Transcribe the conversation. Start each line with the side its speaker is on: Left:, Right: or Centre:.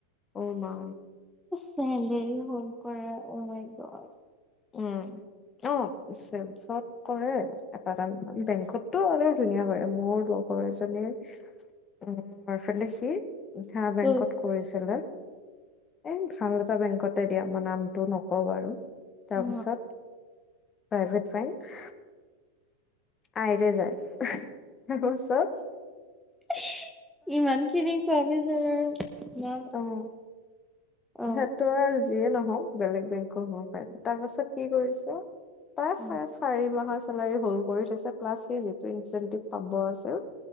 Left: অ' মা!
Centre: চেলেৰী হল্ড কৰা অ মাই গড।
Left: ওঁ, অঁ চেলছত কৰে। এটা টাং বেংকতটো আৰু ধুনীয়া কৰে। মোৰ লগৰ এজনীৰ উম, <unintelligible> সি হাঁ বেংকত
Centre: অ
Left: কৰিছিলে। এই ভাল এটা বেংকতে দিয়া, মই নামটো নকওঁ বাৰু। তাৰপিছত
Centre: অ
Left: private bank I T I যায়। আহহ্ তাৰপাছত
Centre: ইহিহ্, ইমানখিনি কোৱা পিছত আৰু নাম
Left: অঁ,
Centre: অ
Left: সেইটো আৰু যিয়ে নহওক বেলেগ বেংকও হ'ব পাৰে। তাৰপাছত কি কৰিছে? তাৰ
Centre: উম।
Left: চাৰে চাৰি মাহৰ চেলাৰী হল্ড কৰি থৈছে প্লাছ সি জেটোৱেনচেণ্টিভ পাব আছিল।